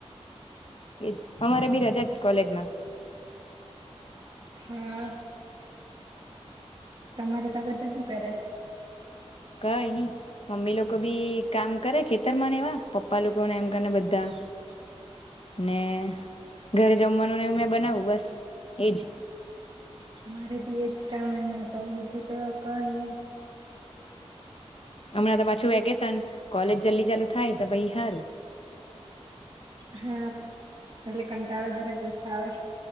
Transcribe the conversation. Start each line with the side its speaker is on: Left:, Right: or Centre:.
Left: એજ અમારે બી રજા જ કોલેજમાં
Right: હા તમારે તો બધા શું કરે
Left: કઈ નઈ મમ્મી લોકો બી કામ કરે ખેતર માં ને એવા પપ્પા લોકોને એમ કરીને બધા
Right: હ
Left: ને ઘરે જમવાનું ને મેં બનાવું બસ એજ
Right: મારે બી એજ કામ ન મળતો બીજું તો કઈ ની
Left: હમણાં તો પાછું વેકેશન કોલેજ જલ્દી ચાલુ થાય તો પહી હારું
Right: હા એટલે કંટાળો જરાક ઓછા આવે